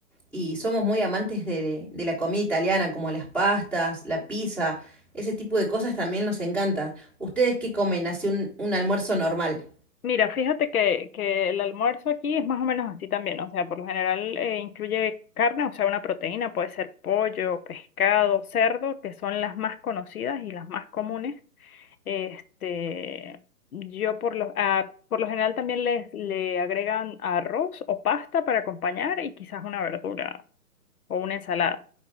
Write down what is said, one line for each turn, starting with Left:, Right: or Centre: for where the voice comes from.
Centre: y somos muy amantes de, de la comida italiana, como las pastas, la pizza, ese tipo de cosas también nos encanta. ¿Ustedes qué comen? Así un, un almuerzo normal.
Left: Mira, fíjate que, que el almuerzo aquí es más o menos así también, o sea, por lo general eh, incluye carne, o sea, una proteína, puede ser pollo, pescado, cerdo, que son las más conocidas y las más comunes. Este, yo por lo, ah, por lo general también les, le agregan arroz o pasta para acompañar y quizás una verdura o una ensalada.